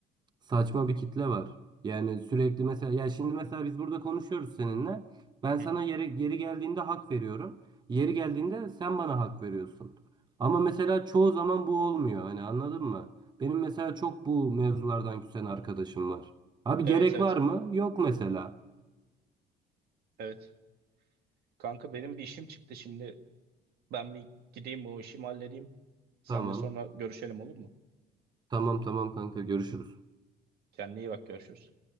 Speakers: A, on the right; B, on the right.
A: saçma bir kitle var. Yani sürekli mesela ya şimdi mesela biz burada konuşuyoruz seninle. Ben sana
B: Hı hı.
A: yeri, yeri geldiğinde hak veriyorum. Yeri geldiğinde sen bana hak veriyorsun. Ama mesela çoğu zaman bu olmuyor. Hani anladın mı? Benim mesela çok bu mevzulardan küsen arkadaşım var. Abi
B: Evet
A: gerek
B: evet.
A: var mı? Yok mesela.
B: Evet. Kanka benim bir işim çıktı şimdi. Ben bir gideyim o işimi halledeyim. Seninle
A: Tamam.
B: sonra görüşelim olur mu?
A: Tamam tamam kanka görüşürüz.
B: Kendine iyi bak görüşürüz.